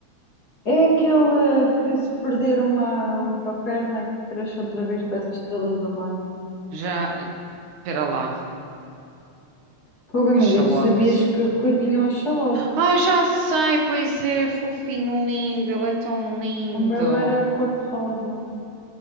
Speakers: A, on the left; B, on the right.
A: É aquele que se perder uma, uma perna que cresce outra vez para essas estrelas do mar.
B: Já, espera lá.
A: Fogo, amiga,
B: Axolote.
A: tu sabias que, que eu tinha um axolote?
B: Ai, já sei, pois é, fofinho, lindo. Ele é tão lindo.
A: O meu era cor-de-rosa.